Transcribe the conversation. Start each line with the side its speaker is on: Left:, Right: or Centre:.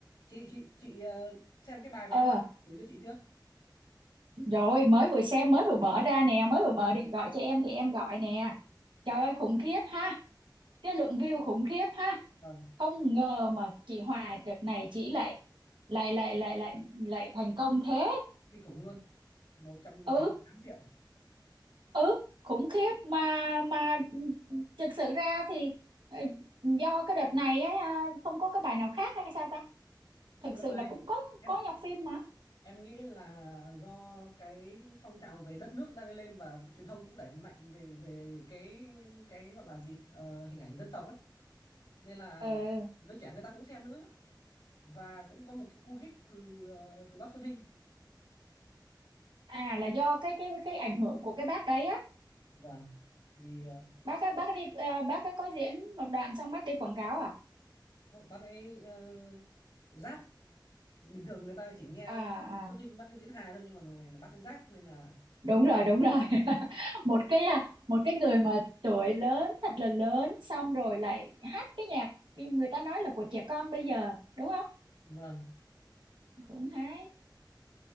Left: chị chị chị ờ, xem cái bài mà
Right: Ờ,
Left: em gửi cho chị chưa
Right: rồi mới vừa xem mới vừa mở ra nè, mới vừa mở định gọi cho em thì em gọi nè. Trời ơi khủng khiếp ha, cái lượng view khủng khiếp ha.
Left: vâng
Right: Không ngờ mà chị Hòa đợt này chị lại lại lại lại lại lại thành công thế.
Left: kinh khủng luôn một trăm
Right: Ừ,
Left: tám mươi tám triệu
Right: ừ, khủng khiếp mà mà thực sự ra thì ờ, do cái đợt này ấy, à, không có cái bài nào khác hay sao ta? Thực
Left: không đợt
Right: sự là
Left: này
Right: cũng có
Left: em
Right: có nhọc phim mà.
Left: em nghĩ là do cái phong trào về đất nước đang lên và truyền thông cũng đẩy mạnh về về cái cái gọi là gì Ờ, hình ảnh dân tộc ấy nên là
Right: Ừ,
Left: giới trẻ người ta cũng xem nữa và cũng có một cái cú hích từ ờ, từ bác Xuân Hinh
Right: à là do cái cái cái ảnh hưởng của cái bác đấy á.
Left: vâng vì ờ,
Right: bác á, bác đi ờ, bác ấy có diễn một đoạn xong bác đi quảng cáo à
Left: không, bác ấy ờ, giáp bình thường người ta chỉ nghe
Right: à,
Left: Xuân
Right: à
Left: Hinh bắt Ninh diễn hài thôi nhưng mà lần này là Bắc cái giáp nên là
Right: đúng rồi đúng rồi <laughs> một cái à, một cái người mà tuổi lớn thật là lớn xong rồi lại hát cái nhạc người ta nói là của trẻ con bây giờ đúng không
Left: vâng
Right: cũng hay